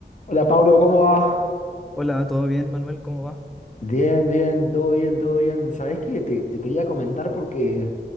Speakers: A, on the left; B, in the centre.
A: Hola Pablo, ¿cómo va?
B: Hola, ¿todo bien, Manuel? ¿Cómo va?
A: Bien, bien, todo bien, todo bien. ¿Sabés qué? Te, te quería comentar porque